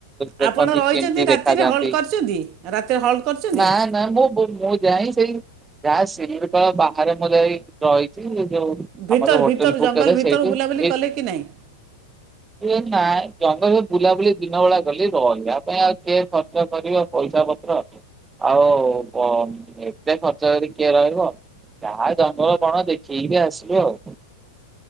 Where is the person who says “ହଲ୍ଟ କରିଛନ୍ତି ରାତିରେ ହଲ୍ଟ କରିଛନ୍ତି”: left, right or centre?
Right